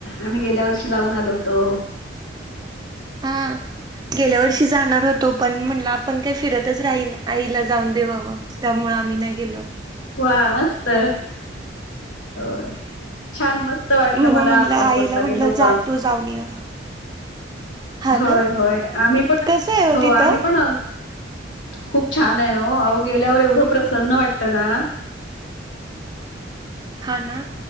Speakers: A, on the left; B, on the right.
A: आम्ही गेल्या वर्षी जाऊन आलो होतो
B: हा गेल्या वर्षी जाणार होत तो पण म्हणटलं आपण काय फिरतच राहीन आईला जाऊन देवावं त्यामुळ आम्ही नाही गेलो
A: वा मस्त होय छान मस्त वाटलं
B: म्हणून
A: मला
B: म्हटलं
A: अक्कलकोटला
B: आईला म्हटलं
A: गेलो होतो
B: जा तू जाऊन ये हा
A: होय
B: ना
A: होय आम्ही पण
B: कसं आहे
A: हो
B: तिथं
A: आम्ही पण खूप छान आहे हो गेल्यावर एवढं प्रसन्न वाटत ना
B: हा ना